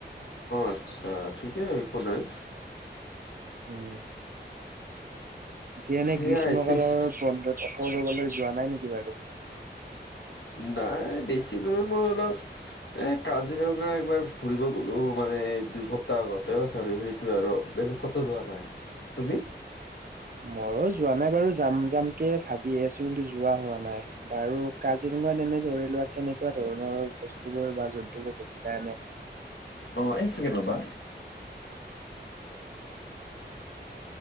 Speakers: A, on the left (about 85°); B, on the right (about 50°).
A: আচ্ছা অ' ঠিকে একো নাই
B: <inaudible> এনে
A: সেয়াই
B: গ্ৰীষ্ম
A: পিছ
B: কালৰ বন্ধত অসকালৈ যোৱা নাই নেকি বাৰু
A: নাই বেছি নহয় মোৰ অলপ এ কাজিৰঙা একবাৰ ফুৰিব গ'লো মানে এই দুই সপ্তাহ আগতে বা আৰু সেইটোৱে আৰু বেলেগতো যোৱা নাই তুমি?
B: মইও যোৱা নাই বাৰু যাম যাম কে ভাবি আছো কিন্তু যোৱা হোৱা নাই। বাৰু কাজিৰঙাত এনে ধৰি লোৱা কেনেকুৱা ধৰণৰ বস্তু বোৰ বা জন্তুবোৰ দেখিলা এনে
A: অ' এক ছেকেণ্ড ৰ'বা।